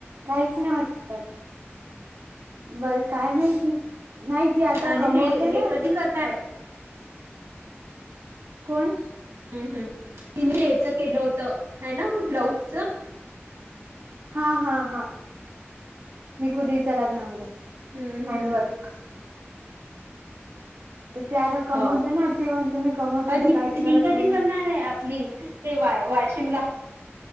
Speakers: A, on the right; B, on the right.
A: काहीच नाही वाटत तर बर काय माहिती. नाही त आता
B: आणि
A: कमवते
B: हे हे
A: ना.
B: कधी करणार आहे
A: कोण
B: हम् हम् तिने याच केलं होतं ह ना म ब्लाऊजच.
A: हा हा हा निकुदीच्या लग्नामध्ये
B: हम्म
A: हँडवर्क
B: हम्म.
A: तर ते आता कमवते
B: हो
A: ना ती म्हणते मी कमवतो
B: आणि
A: तू काहीच करत
B: ही कधी
A: नाही
B: करणार आहे आपली ते वा. वाशिमला.